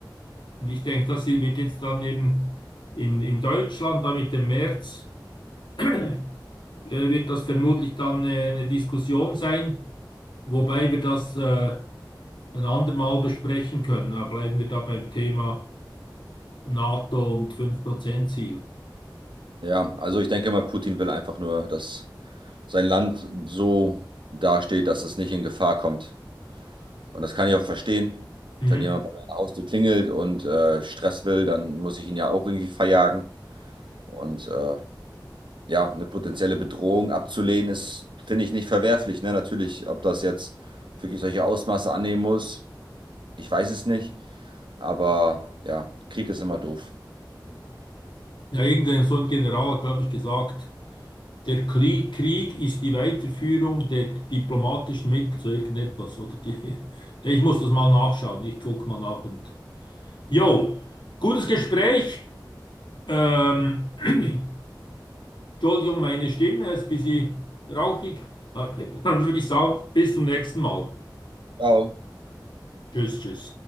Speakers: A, on the left; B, on the right.
A: Und ich denke, das hier wird jetzt dann eben in, in Deutschland, da mit dem März, <clears throat> äh, wird das vermutlich dann äh, eine Diskussion sein, wobei wir das äh, ein andermal besprechen können. Da bleiben wir da beim Thema NATO und fünf Prozent ziel
B: Ja, also ich denke mal, Putin will einfach nur, dass sein Land so dasteht, dass es nicht in Gefahr kommt. Und das kann ich auch verstehen.
A: Mhm.
B: Wenn jemand bei der Haustür klingelt und äh, Stress will, dann muss ich ihn ja auch irgendwie verjagen. Und äh, ja, eine potenzielle Bedrohung abzulehnen, ist, finde ich, nicht verwerflich. Ne? Natürlich, ob das jetzt wirklich solche Ausmaße annehmen muss, ich weiß es nicht. Aber ja, Krieg ist immer doof.
A: Ja, irgendein so ein General hat, glaube ich, gesagt, der Kli- Krieg ist die Weiterführung der diplomatischen Mittel zu irgendetwas. Oder die, <laughs> Ja, ich muss das mal nachschauen. Ich gucke mal nach und. Jo, gutes Gespräch. Ähm, <clears throat> Entschuldigung, meine Stimme ist ein bisschen rauchig. Äh, <laughs> Dann würde ich sagen, bis zum nächsten Mal.
B: Ja,
A: Tschüss, tschüss.